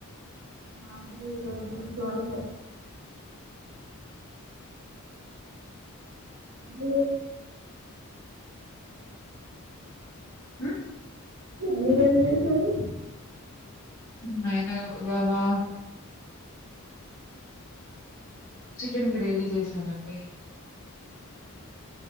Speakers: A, on the right; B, on the left.
A: అదివి ఇరోజ ద వరత <inaudible>
B: హ్మ్.
A: మీరేం చేశారు
B: నేనవాలా చికెన్ గ్రేవీ చేసానండి